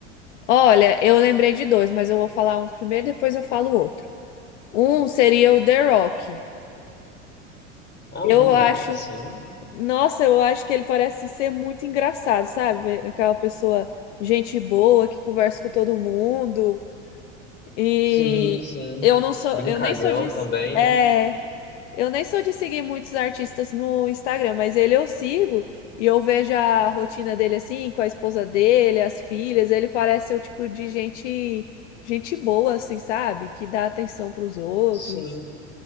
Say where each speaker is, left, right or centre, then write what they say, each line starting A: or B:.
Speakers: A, on the left; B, on the left.
A: Olha, eu lembrei de dois, mas eu vou falar um primeiro, depois eu falo o outro. Um seria o The Rock.
B: Ah,
A: Eu
B: o The Rock,
A: acho,
B: sim.
A: nossa, eu acho que ele parece ser muito engraçado, sabe? Aquela pessoa gente boa que conversa com todo mundo. E
B: Sim, sim.
A: eu não sou,
B: Brincalhão
A: eu nem sou de,
B: também,
A: é,
B: né?
A: Eu nem sou de seguir muitos artistas no Instagram, mas ele eu sigo e eu vejo a rotina dele assim, com a esposa dele, as filhas. Ele parece ser o tipo de gente, gente boa, assim, sabe? Que dá atenção para os outros.
B: Sim.